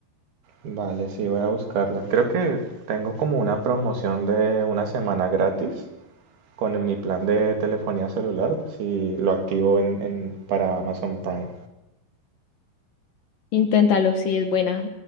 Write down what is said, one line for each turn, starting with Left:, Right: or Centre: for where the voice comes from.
Right: Vale, sí, voy a buscarla. Creo que tengo como una promoción de una semana gratis. con mi plan de telefonía celular, si lo activo en, en- para Amazon Prime.
Left: Inténtalo, sí, es buena.